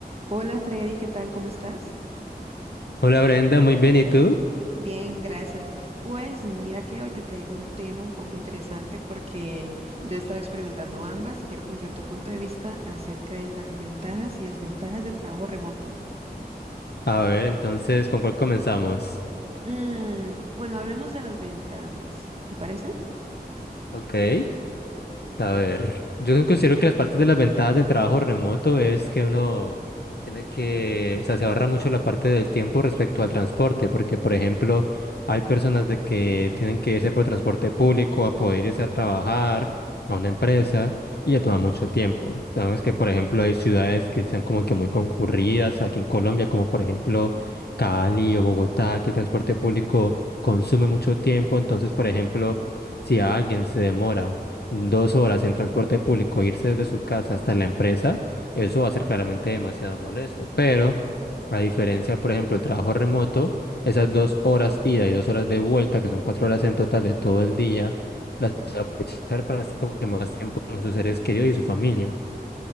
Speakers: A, on the right (about 40°); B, on the left (about 80°).
A: Hola Freddy, ¿qué tal? ¿Cómo estás?
B: Hola Brenda, muy bien, ¿y tú?
A: Bien, gracias. Pues mira que hoy te traigo un tema un poco interesante porque yo he estado experimentando ambas y quiero conocer tu punto de vista acerca de las ventajas y desventajas del trabajo remoto.
B: A ver, entonces, ¿con cuál comenzamos?
A: Mm, bueno, hablemos de las ventajas, ¿te parece?
B: Ok. A ver, yo considero que las partes de las ventajas del trabajo remoto es que uno tiene que, o sea, se ahorra mucho la parte del tiempo respecto al transporte, porque por ejemplo, hay personas de que tienen que irse por transporte público a poder irse a trabajar a una empresa y le toma mucho tiempo. Sabes que por ejemplo hay ciudades que sean como que muy concurridas aquí en Colombia, como por ejemplo Cali o Bogotá, que el transporte público consume mucho tiempo, entonces por ejemplo, si alguien se demora dos horas en transporte público, irse desde su casa hasta la empresa, eso va a ser claramente demasiado molesto. Pero, a diferencia, por ejemplo, del trabajo remoto, esas dos horas ida y dos horas de vuelta, que son cuatro horas en total de todo el día, las va a aprovechar para estar como que más tiempo con sus seres queridos y su familia.